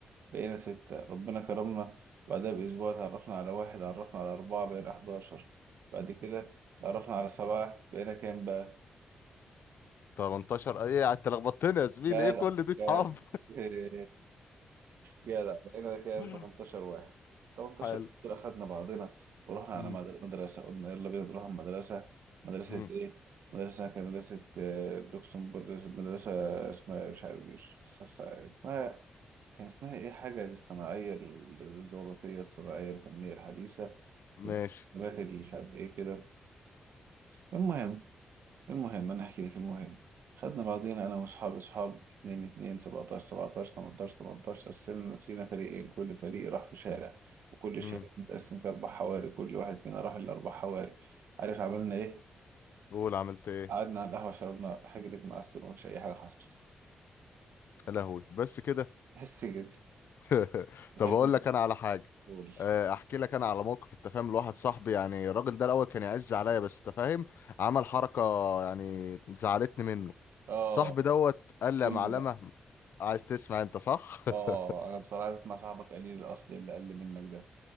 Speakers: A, on the right; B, on the left.
A: بقينا ستة ربنا كرمنا بعدها بأسبوع تعرفنا على واحد عرفنا على أربعة بقينا 11 بعد كده تعرفنا على سبعة بقينا كام بقى
B: 18 ايه انت لخبطتني يا زميلي
A: جدع
B: ايه كل دي صحاب
A: جدع <laughs> جدع لقينا كام
B: <laughs>
A: 18 واحد 18
B: حلو
A: دول اخدنا بعضنا ورحنا
B: مم.
A: على مد- مدرسه قلنا يلا بينا نروح على المدرسه مدرسه
B: مم.
A: ايه؟ مدرسه كانت مدرسه آه، لوكسمبورغ مدرسه اسمها مش عارف مش اس- اسمها كان اسمها ايه حاجه الصناعيه الجغرافيه الصناعيه الفنيه الحديثه
B: ماشي
A: المدرسة اللي مش عارف ايه كده المهم المهم انا احكي لك المهم خدنا بعضينا انا واصحابي اصحاب 2 2 17 17 18 18 قسمنا نفسينا فريقين كل فريق راح في شارع وكل
B: مم.
A: شارع متقسم في اربع حواري كل واحد فينا راح الاربع حواري عارف عملنا ايه
B: قول عملت ايه
A: قعدنا على القهوه شربنا حجرة معسل ومش اي حاجه حصلت
B: يا لهوي بس كده
A: بس كده
B: <laughs> طب
A: كلمني
B: اقول لك انا على حاجه
A: قول
B: آه، احكي لك انا على موقف التفاهم لواحد صاحبي يعني الراجل ده الاول كان يعز عليا بس تفاهم عمل حركه يعني زعلتني منه
A: اه
B: صاحبي دوت قال لي
A: قول
B: يا معلمه
A: لي بقى
B: عايز تسمع انت صح <laughs>
A: اه انا بصراحه عايز اسمع صاحبك قليل الاصل اللي اقل منك ده